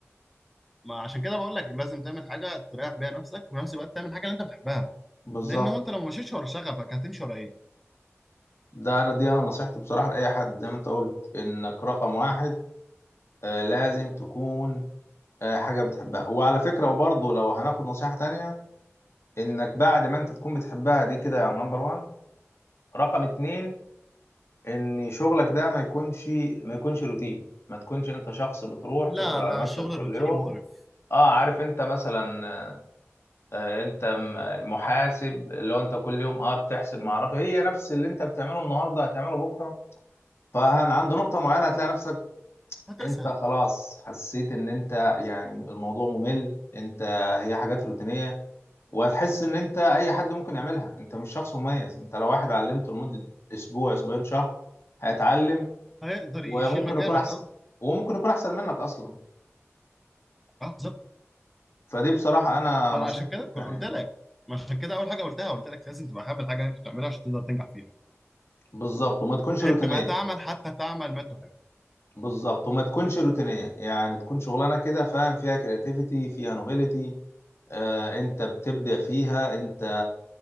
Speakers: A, in the centre; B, on the left (about 60°).
A: ما عشان كده بقول لك لازم تعمل حاجه تريح بيها نفسك وفي نفس الوقت تعمل حاجه اللي انت بتحبها
B: بالظبط
A: لان هو انت لو مشيتش ورا شغفك هتمشي ورا ايه
B: ده أنا دي أنا نصيحتي بصراحة لأي حد زي ما أنت قلت إنك رقم واحد آه، لازم تكون آه، حاجة بتحبها وعلى فكرة وبرضه لو هناخد نصيحة تانية انك بعد ما انت تكون بتحبها دي كده يعني نمبر وان رقم اتنين ان شغلك ده ما يكونش ما يكونش روتين ما تكونش انت شخص بتروح
A: لا
B: تفضل على
A: لا
B: مكتب
A: شغل
B: كل
A: روتيني
B: يوم
A: مقرف
B: اه عارف انت مثلا آه، آه، انت م- محاسب اللي هو انت كل يوم اه بتحسب ما اعرف هي نفس اللي انت بتعمله النهارده هتعمله بكره فعند نقطه معينه هتلاقي نفسك
A: هتسهل
B: انت خلاص حسيت ان انت يعني الموضوع ممل انت هي حاجات روتينية وهتحس ان انت اي حد ممكن يعملها انت مش شخص مميز انت لو واحد علمته لمدة اسبوع اسبوعين شهر هيتعلم
A: هيقدر
B: وممكن
A: يشيل مكانك
B: يكون احسن
A: اه
B: وممكن يكون احسن منك اصلا
A: آه، بالظبط
B: فدي بصراحة انا
A: فانا
B: نصيحتي
A: عشان كده كل-
B: يعني
A: قلت لك عشان كده اول حاجه قلتها قلت لك لازم تبقى حابب الحاجه اللي انت بتعملها عشان تقدر تنجح فيها
B: بالظبط وما تكونش
A: حب
B: روتينية
A: ما تعمل حتى تعمل ما تحب
B: بالظبط وما تكونش روتينية يعني تكون شغلانة كده فاهم فيها كرياتيفيتي فيها نوبيليتي آه انت بتبدع فيها انت